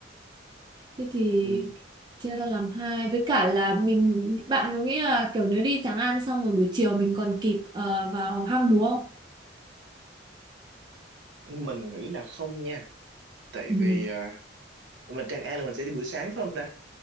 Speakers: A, on the right; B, on the right.
A: Thế thì
B: ừ.
A: chia ra làm hai với cả là mình bạn có nghĩ là kiểu nếu đi Tràng An xong rồi buổi chiều mình còn kịp ờ, vào hang múa không?
B: Mình nghĩ là không nha tại
A: Ừ.
B: vì ờ, mình Tràng An là mình sẽ đi buổi sáng phải không ta